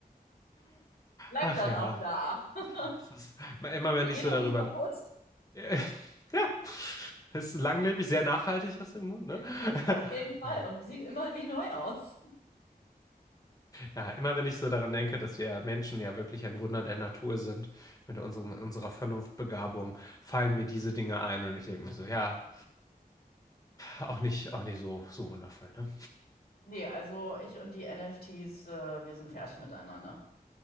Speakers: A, on the left (about 75°); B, on the left (about 20°).
A: Bleibt
B: Ach
A: dann
B: ja,
A: auch da. <laughs>
B: es ist immer, wenn
A: Der
B: ich
A: geht
B: so
A: auch
B: darüber.
A: nicht kaputt.
B: <laughs> Ja, es ist langlebig, sehr nachhaltig aus dem Grund, ne?
A: <laughs> Auf
B: <laughs>
A: jeden Fall. Und sieht immer wie neu aus.
B: Ja, immer wenn ich so daran denke, dass wir Menschen ja wirklich ein Wunder der Natur sind, mit unseren, unserer Vernunftbegabung, fallen mir diese Dinge ein und ich denke mir so, ja, auch nicht, auch nicht so, so wundervoll, ne?
A: Nee, also ich und die NFTs, äh, wir sind fertig miteinander.